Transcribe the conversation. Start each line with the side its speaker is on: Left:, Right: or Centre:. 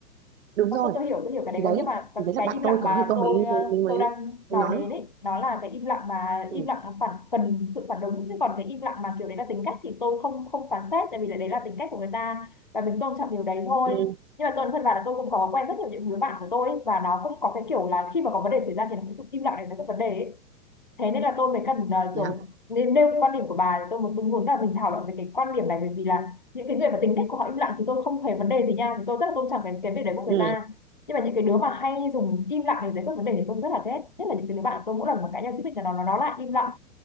Right: đúng
Left: tôi,
Right: rồi,
Left: tôi, tôi hiểu tôi hiểu cái đấy
Right: thì đấy,
Left: có nhưng mà cái,
Right: thì đấy là
Left: cái
Right: bạn
Left: im lặng
Right: tôi
Left: mà
Right: có thì tôi
Left: tôi
Right: mới
Left: ờ,
Right: mới mới mới,
Left: tôi đang nói
Right: mới nói.
Left: đến ấy nó là cái im lặng mà
Right: Ừ,
Left: im lặng phản cần sự phản ứng chứ còn cái im lặng mà kiểu đấy là tính cách thì tôi không không phán xét tại vì là đấy là tính cách của người ta và mình tôn trọng điều đấy thôi
Right: ừ,
Left: nhưng mà tôi thân vào là tôi cũng có quen rất nhiều những đứa bạn của tôi ấy, và nó cũng có cái kiểu là khi mà có vấn đề xảy ra thì nó sẽ im lặng để giải quyết vấn đề ấy thế nên là tôi mới cần ờ,
Right: thế
Left: kiểu
Right: à?
Left: nên nêu quan điểm của bà thì tôi muốn tôi muốn là mình thảo luận về cái quan điểm này bởi vì là những cái người mà tính cách của họ im lặng thì tôi không hề vấn đề gì nha thì tôi rất là tôn trọng cái, cái việc đấy của người
Right: Ừ,
Left: ta nhưng mà những cái đứa mà hay dùng im lặng để giải quyết vấn đề thì tôi rất là ghét nhất là những cái đứa bạn của tôi mỗi lần mà cãi nhau xích mích là nó nó nó lại im lặng